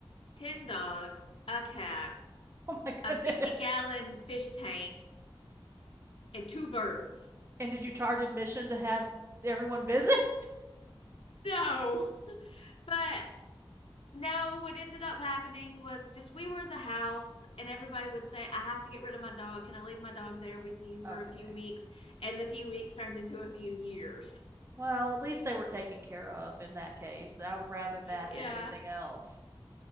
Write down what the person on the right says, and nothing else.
Oh my
goodness.
And did you charge admission to have everyone visit? <laughs>
Okay.
Well, at least they were taken care of in that case. I would rather
that
than anything else.